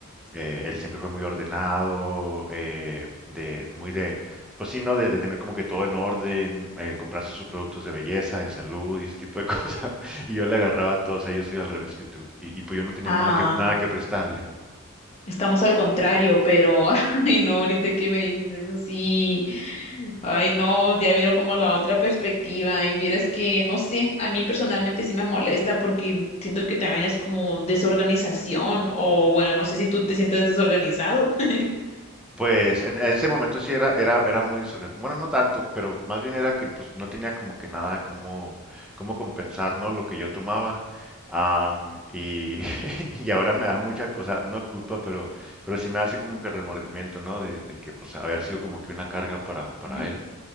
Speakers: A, in the centre; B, on the left.
A: eh, él siempre fue muy ordenado, eh, de, muy de, pues sí, ¿no? De, de tener como que todo en orden, eh, comprarse sus productos de belleza, de salud y ese tipo de <laughs> cosas. Y yo le agarraba todo, o sea, yo soy al revés que tú. Y, y pues yo no tenía
B: Ah,
A: nada que, nada que prestarle.
B: estamos al contrario, pero <laughs> ay no, ahorita que me dices eso sí. Ay no, ya miro como la otra perspectiva y vieras que no sé, a mí personalmente sí me molesta porque siento que también es como desorganización o bueno, no sé si tú te sientes desorganizado. <laughs>
A: Pues en en ese momento sí era, era, era muy, sobre- bueno, no tanto, pero más bien era que pues no tenía como que nada como, como compensar, ¿no? Lo que yo tomaba. Am, y, <laughs> y ahora me da mucha cosa, no culpa, pero, pero sí me da así como que remordimiento, ¿no? De, de que pues haber sido como que una carga para, para
B: Ujú.
A: él